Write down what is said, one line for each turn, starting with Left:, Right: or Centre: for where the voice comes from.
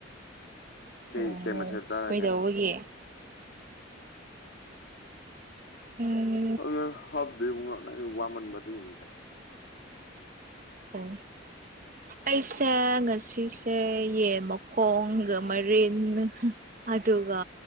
Left: ꯀꯩ
Right: ꯑꯣ
Left: ꯀꯩ ꯃꯊꯦꯜ ꯆꯥꯔꯒꯦ
Right: ꯀꯩꯗꯧꯕꯒꯤ ꯎꯝ
Left: <unintelligible> ꯋꯥꯃꯟꯕ ꯑꯗꯨꯒꯤꯅꯤꯗ
Right: ꯑꯣ ꯑꯩꯁꯦ ꯉꯁꯤꯁꯦ ꯌꯦꯟ ꯃꯈꯣꯡꯒ ꯃꯔꯤꯟ ꯑꯗꯨꯒ